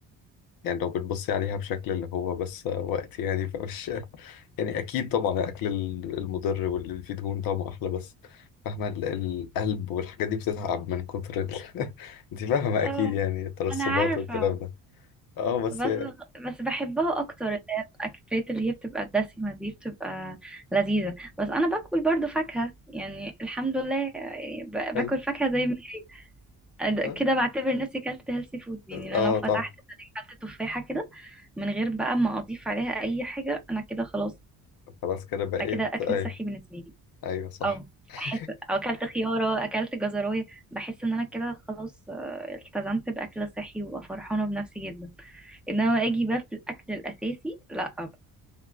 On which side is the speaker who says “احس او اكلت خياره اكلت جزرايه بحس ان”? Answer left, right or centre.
Centre